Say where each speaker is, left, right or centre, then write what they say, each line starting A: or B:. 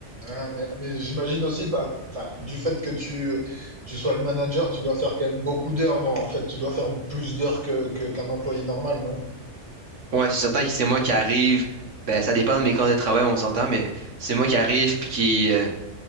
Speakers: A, on the right; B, on the right.
A: Ah, mais mais j'imagine aussi, bah, enfin, du fait que tu, tu sois le manager, tu dois faire quand même beaucoup d'heures, non? En fait, tu dois faire plus d'heures que, que- qu'un employé normal, non?
B: Ouais, c'est certain que c'est moi qui arrive. Ben, ça dépend de mes conditions de travail, on s'entend, mais c'est moi qui arrive, puis qui, euh,